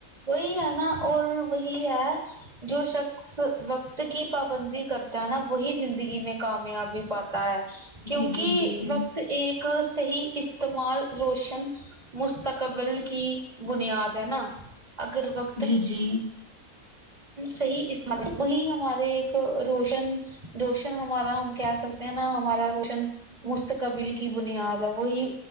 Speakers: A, on the right; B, on the right.
A: وہی ہے نا اور وہی ہے جو شخص وقت کی پابندی کرتا ہے نا وہی زندگی میں کامیابی پاتا ہے کیونکی
B: جی جی جی
A: وقت ایک صحی استعمال روشن مستقبل کی بنیاد ہے نا اگر وق
B: جی جی
A: صحی اس وہی ہمارے ایک روشن روشن ہمارا ہم کیا سکتے نا ہمارا روشن مستقبل کی بنیاد ہے وہی